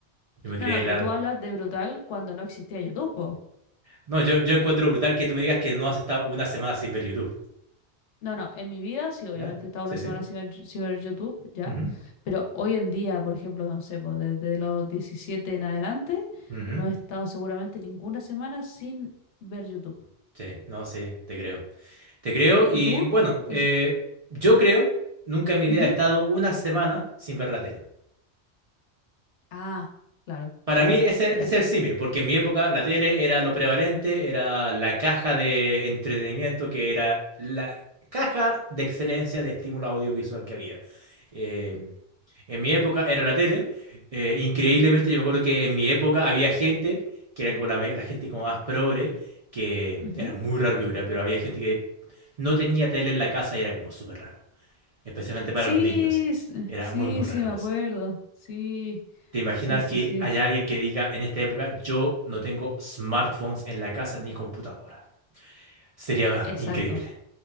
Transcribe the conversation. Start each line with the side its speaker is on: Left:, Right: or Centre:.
Right: yo me crié
Left: No, no,
Right: en
Left: pero
Right: la...
Left: tú hablas de brutal cuando no existía YouTube, po.
Right: No, yo, yo encuentro brutal que tú me digas que no has estado una semana sin ver YouTube,
Left: No, no, en mi vida sí, obviamente
Right: ¿ya?
Left: he estado
Right: Sí,
Left: una semana
Right: sí.
Left: sin ver, sin ver YouTube, ya,
Right: Ujú,
Left: pero hoy en día, por ejemplo, no sé, pues desde los 17 en adelante,
Right: ujú.
Left: no he estado seguramente ninguna semana sin ver YouTube.
Right: Sí, no, sí, te creo. Te creo
Left: ¿Y,
Right: y
Left: y tú?
Right: bueno,
Left: Os-
Right: eh, yo creo, nunca en mi
Left: ujú.
Right: vida he estado una semana sin ver la tele.
Left: Ah, claro,
Right: Para
Left: claro,
Right: mí ese
Left: ya.
Right: es el símil, porque en mi época la tele era lo prevalente, era la caja de entretenimiento que era la caja de excelencia de estímulo audiovisual que había. Eh, en mi época era la tele. eh, increíblemente yo me acuerdo que en mi época había gente, que eran como la, me- la gente como más progre, que
Left: Ujú,
Right: era
Left: ujú.
Right: muy raro que hubiera, pero había gente que no tenía tele en la casa y era como súper raro, especialmente para
Left: Sí,
Right: los niños.
Left: s-
Right: Era
Left: sí,
Right: muy, muy raro
Left: sí, me acuerdo.
Right: eso.
Left: Sí,
Right: ¿Te imaginas
Left: sí, sí,
Right: que
Left: sí.
Right: haya alguien que diga en esta época, yo no tengo smartphones en la casa ni computadora? Sería
Left: Exacto.
Right: increíble.